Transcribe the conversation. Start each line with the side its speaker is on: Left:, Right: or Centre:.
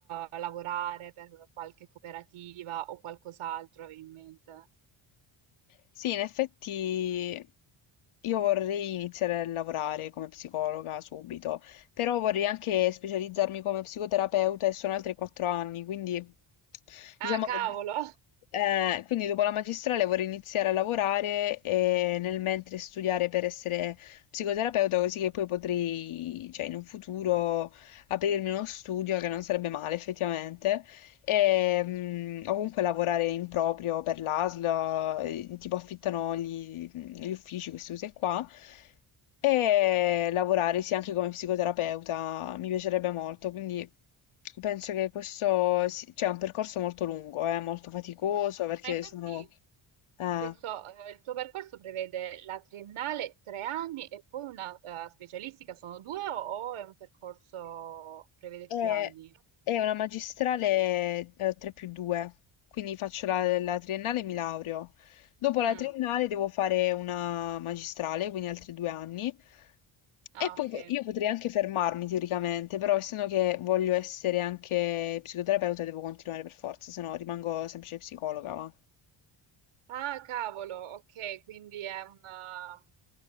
Right: eh, lavorare per qualche cooperativa o qualcos'altro avevi in mente?
Left: Sì, in effetti io vorrei iniziare a lavorare come psicologa subito, però vorrei anche specializzarmi come psicoterapeuta e sono altri quattro anni, quindi
Right: Ah,
Left: diciamo
Right: cavolo!
Left: che eh, quindi dopo la magistrale vorrei iniziare a lavorare e nel mentre studiare per essere psicoterapeuta, così che poi potrei, cioè in un futuro, aprirmi uno studio che non sarebbe male effettivamente. E, mm, o comunque lavorare in proprio per l'ASL, eh, tipo affittano gli, gli uffici, queste cose qua, e lavorare sì anche come psicoterapeuta, mi piacerebbe molto, quindi penso che questo sia cioè, è un percorso molto lungo, eh, molto faticoso
Right: Mm.
Left: perché
Right: Ma infatti
Left: sono... eh,
Right: questo, eh, il tuo percorso prevede la triennale tre anni e poi una eh, specialistica, sono due o, o è un percorso prevede
Left: È,
Right: più anni?
Left: è una magistrale eh, 3 più 2, quindi faccio la, la triennale e mi laureo. Dopo
Right: Mm.
Left: la triennale devo fare una magistrale, quindi altri due anni.
Right: Ah,
Left: E poi
Right: ok.
Left: po- io potrei anche fermarmi teoricamente, però essendo che voglio essere anche psicoterapeuta devo continuare per forza, se no rimango semplice psicologa, va.
Right: Ah, cavolo, ok, quindi è una...